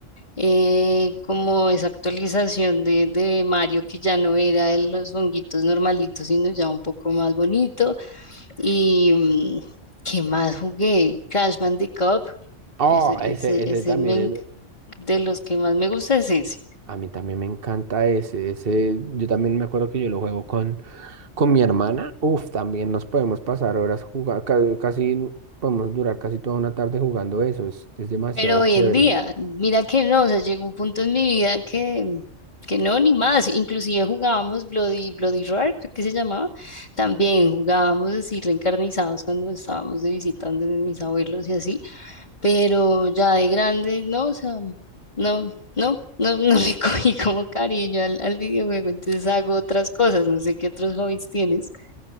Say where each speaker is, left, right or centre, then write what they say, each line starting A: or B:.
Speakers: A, on the left; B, on the right.
A: eh, como esa actualización de, de Mario que ya no era de los honguitos normalitos, sino ya un poco más bonito. Y mm, ¿qué más jugué? Crash Bandicoot,
B: Oh,
A: ese,
B: ese,
A: ese, ese
B: ese también
A: me en-
B: es.
A: de los que más me gusta es ese.
B: A mí también me encanta ese. Ese, yo también me acuerdo que yo lo juego con, con mi hermana. Uf, también nos podemos pasar horas jugando. Casi podemos durar casi toda una tarde jugando eso. Es, es demasiado
A: Pero hoy
B: chévere.
A: en día, mira que no, o sea, llegó un punto en mi vida que, que no, ni más. Inclusive jugábamos Bloody, Bloody Roar, creo que se llamaba. También jugábamos así reencarnizados cuando estábamos de visitando de mis abuelos y así. pero ya de grande, no, o sea, no, no, no, no le <laughs> cogí como cariño al, al videojuego, entonces hago otras cosas, no sé qué otros hobbies tienes.